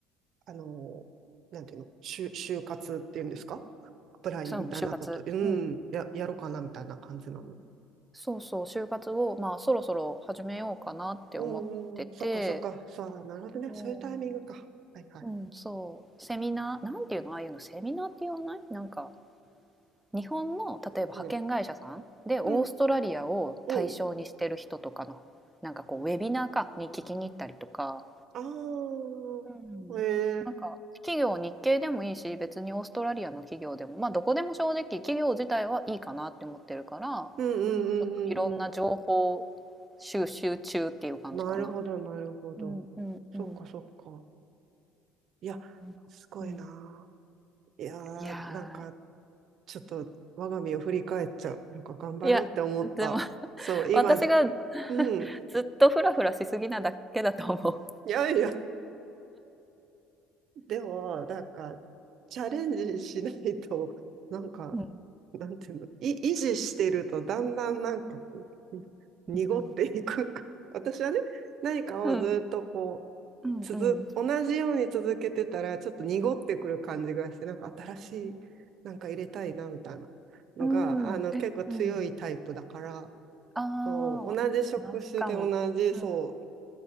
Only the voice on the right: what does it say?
あの、なんていうの、就、就活っていうんですかアプライみたいなこと、
うん、
や、やろうかなみたいな感じなの。
うんうんうん、そっかそっか、そう、なるほどね。
そういうタイミングか。はいはい。
うん。
うんうん。
あ
あ、へえ。
うんうんうんうんうん。
なるほど、なるほど。
そっかそっか。いや、
すごいなあ。いやー、
なんか、ちょっと、我が身を振り返っちゃう。なんか、頑張ろうって思った。
そう、今、
うん。
いやいや。でも、なんか、チャレンジしないと、<laughs> なんか、
なんていうの、い、維持してると、だんだんなんかこう、に濁っていく。
<laughs> 私はね、何かをずっとこう、
続、同じように続けてたら、ちょっと濁ってくる感じがして、なんか新しい、なんか入れたいな、みたいなのが、
あの、
結構強いタイプだから、
そう同じ職種で同じ、
そう、